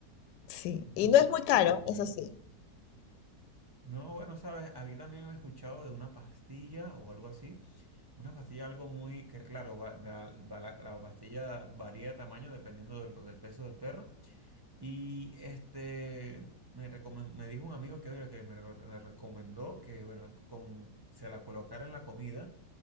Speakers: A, on the left; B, on the right.
A: Sí,
B: Mm,
A: y no es muy
B: ok,
A: caro,
B: ok.
A: eso sí.
B: No, bueno, sabes, había también escuchado de una pastilla o algo así. Una pastilla, algo muy, que claro, va- da- va la, la pastilla varía de tamaño dependiendo de lo- del peso del perro. Y este, me, recomen- me dijo un amigo que, bueno, que me, re- me recomendó que, bueno, con, se la colocara en la comida